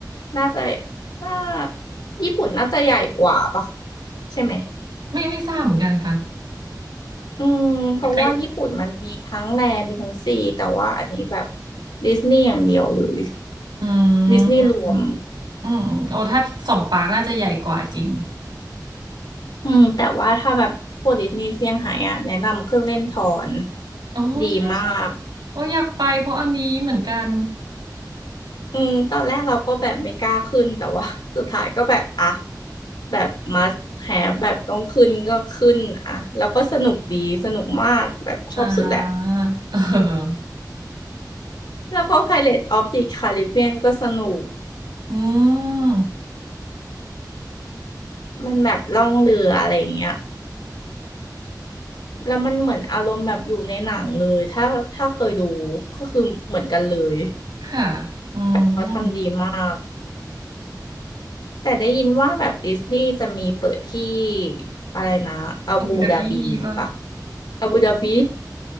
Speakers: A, on the left (about 80°); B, on the right (about 85°).
A: น่าจะน่าญี่ปุ่นน่าจะใหญ่กว่าปะใช่ไหม
B: ไม่ไม่ทราบเหมือนกันค่ะ
A: อืมเพราะว่าญี่ปุ่นมันมีทั้งแลมีทั้งซีแต่ว่าอันนี้แบบ
B: แต่ก็
A: ดิสนีย์อย่างเดียวเลย
B: อืมอืมโอ้ถ้าสองปาร์คน่าจะใหญ่กว่าจริง
A: ดิสนีย์รวมอืมแต่ว่าถ้าแบบพวกดิสนีย์เซี่ยงไฮ้อะแนะนำเครื่องเล่นทอน
B: โอ้ใช่ใช่
A: ดีมาก
B: โอ้อยากไปเพราะอันนี้เหมือนกัน
A: อืมตอนแรกเราก็แบบไม่กล้าขึ้นแต่ว่า <laughs> สุดท้ายก็แบบอ่ะแบบ must have แบบต้องขึ้นก็ขึ้นอ่ะแล้วก็สนุกดีสนุกมากแบบชอบสุดแหละ
B: อ่า <laughs> เออ
A: แล้วก็ Pirates of the Caribbean ก็สนุก
B: อืม
A: มันแบบล่องเรืออะไรอย่างเงี้ยแล้วมันเหมือนอารมณ์แบบอยู่ในหนังเลยถ้าถ้าเคยดูก็คือเหมือนกันเลย
B: ค่ะอืม
A: เขาทำดีมากแต่ได้ยินว่าแบบดิสนีย์จะมีเปิดที่อะไรนะอาบูดาบีปะ
B: อาบูดาบีป่ะ
A: อาบูดาบี